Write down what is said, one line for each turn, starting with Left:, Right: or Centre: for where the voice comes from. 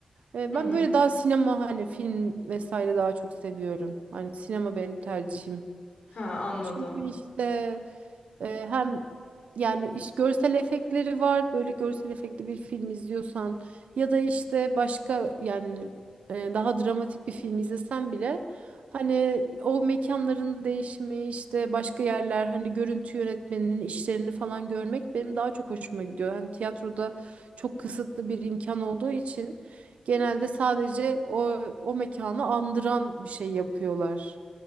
Right: E, Ben
Left: Hı hı.
Right: böyle daha sinema hani film vesaire daha çok seviyorum. Hani sinema benim tercihim.
Left: Ha anladım.
Right: Çünkü işte e, hem yani iş görsel efektleri var. Böyle görsel efektli bir film izliyorsan ya da işte başka yani e, daha dramatik bir film izlesen bile hani o mekanların değişimi işte başka yerler hani görüntü yönetmeninin işlerini falan görmek benim daha çok hoşuma gidiyor. Hani tiyatroda çok kısıtlı bir imkan olduğu için Genelde sadece o o mekanı andıran bir şey yapıyorlar.